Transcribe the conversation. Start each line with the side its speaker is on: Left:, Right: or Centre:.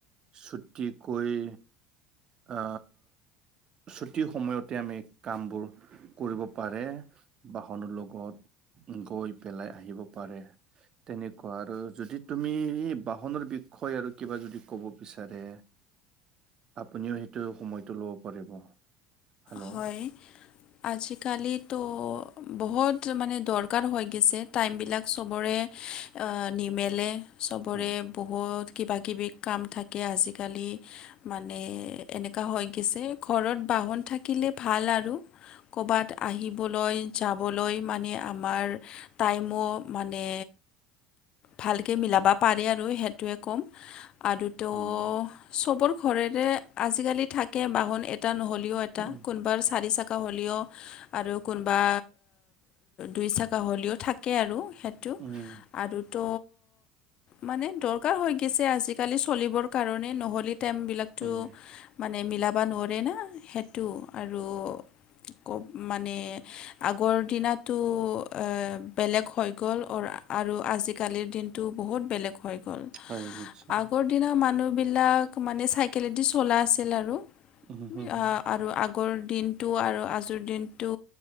Right: ছুটিকৈ অ ছুটি সময়তে আমি কামবোৰ। কৰিব পাৰে বাহনৰ লগত গৈ পেলাই আহিব পাৰে। তেনেকুৱা আৰু যদি তুমি এই বাহনৰ বিষয় আৰু কিবা যদি ক'ব বিচাৰে। আপুনিও সেইটো সময়টো ল'ব পাৰিব। হেল্ল'
Left: হয় আজিকালিতো বহুত মানে দৰ কাৰ হৈ গেছে টাইমবিলাক চবৰে নিমেলে চবৰে।
Right: হয়
Left: বহুত কিবাকিবি কাম থাকে আজিকালি। মানে এনেকা হৈ গেছে ঘৰত বাহন থাকিলে ভাল আৰু। ক'বাত আহিবলৈ যাবলৈ মানে আমাৰ। টাইমো মানে ভালকে মিলাবা পাৰে আৰু সেইটোৱে ক'ম। আৰু ত
Right: উম
Left: চবৰ ঘৰেৰে আজিকালি থাকে বাহন এটা নহ'লেও এট এটা
Right: উম
Left: কোনবাৰ চাৰি চাকা হ'লেঅ আৰু কোনবা দুই চাক হ'লেও থাকে আৰু সেইটো।
Right: উম।
Left: আৰু ত মানে দৰকাৰ হৈ গেছে আজিকালি চলিবৰ কাৰণে নহ লে টাইম বিলাকটো
Right: উম
Left: মানে মিলাবা নোৱৰে না সেটো আৰু। কব মানে আগৰ দিনত ইটো আ বেলেগ হৈ গ'ল অৰ আৰু আজিকালিৰ দিনটো বহুত বেলেগ হৈ গ'ল
Right: হয় নিশ্চয়
Left: আগৰ দিনা মানুহ বিলাক মানে চাইকলেদি চলা আছিল আৰু
Right: উম হম হম
Left: আ আৰু আগ আগৰ দিনটো আৰু আজিৰ দিনটো